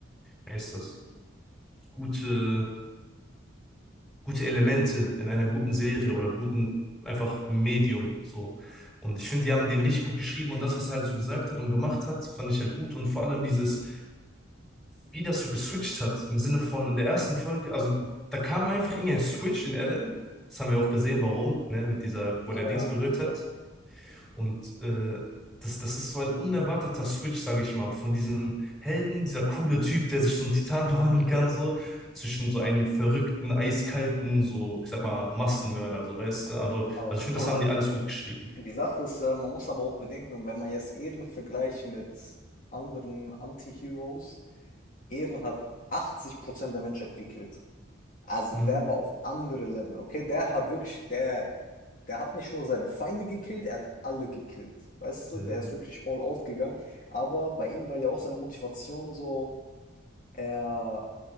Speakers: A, in the centre; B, on the left.
A: wie heißt das, gute, gute Elemente in einer guten Serie oder guten, einfach Medium so. Und ich finde, die haben den richtig gut geschrieben und das, was er halt so gesagt hat und gemacht hat, fand ich halt gut. Und vor allem dieses, wie das so geswitcht hat, im Sinne von in der ersten Folge, also da kam einfach irgendein Switch in Eren. Das haben wir auch gesehen, warum, ne, mit dieser,
B: Ja,
A: wo der Dings
B: ja,
A: berührt
B: ja, klar.
A: hat Und äh, das, das ist so ein unerwarteter Switch, sage ich mal, von diesem Helden, dieser coole Typ, der sich so einen Titan <laughs> verwandeln kann, so, zwischen so einem verrückten, eiskalten, so, ich sag mal, Massenmörder, so, weißt du? Also,
B: Aber
A: also
B: guck
A: ich finde,
B: mal,
A: das haben die alles gut geschrieben.
B: die Sache ist, äh, man muss aber auch bedenken, wenn man jetzt Eren vergleicht mit anderen Anti-Heroes, Eren hat 80% der Menschheit gekillt. Also
A: Mhm.
B: der war auf andere Level, okay? Der hat wirklich, der, der hat nicht nur seine Feinde gekillt, er hat alle gekillt. Weißt du,
A: Äh,
B: der ist wirklich all out gegangen. Aber bei ihm war ja auch seine Motivation so, er,